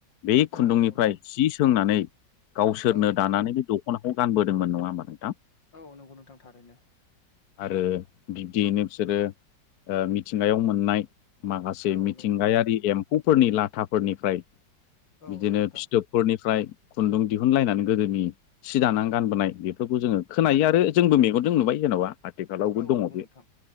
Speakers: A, on the left; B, on the left.
A: बै खुन्दुंनिफ्राय
B: औ नंगौ नोंथां
A: जि सोंनानै गावसोरनो
B: औ नोंथां
A: दानानै द खनाखौ गानबोदोंमोन नङा होमबा नोंथां
B: औ नंगौ नोंथां थारैनो
A: आरो बिब्दियैनो बिसोरो मिथिंगायाव मोननाय माखासे
B: औ
A: मिथिंगायारि
B: नंगौ नोंथां
A: एम्फौफोरनि लाथाफोरनिफ्राय
B: औ
A: बिदिनो
B: नंगौ नोंथां
A: फिथोबफोरनिफ्राय खुन्दुं दिहुनलायनानै गोदोनि सि दानानै गानबोनाय बेफोरखौ जोङो खोनायो आरो जोंबो मेगनजों नुबाय जेन'बा आथिखालावबो
B: औ
A: दङ
B: नंगौ
A: बे
B: नोंथां